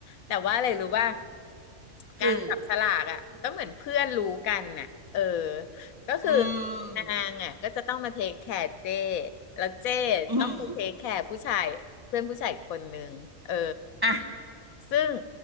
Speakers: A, on the left; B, on the right.
A: แต่ว่าอะไรรู้ว่า
B: อืมคือ
A: การจับฉลากอ่ะก็เหมือนเพื่อนรู้กันน่ะเออก็คือ
B: อื
A: นางอ่ะก็จะต้องมาเทคแคร์เจ้
B: ม
A: แล้วเจ้ต้องไปเทคแคร์ผู้ชายเพื่อนผู้ชายอีกคนนึงเออ
B: อืมอ่ะ
A: ซึ่ง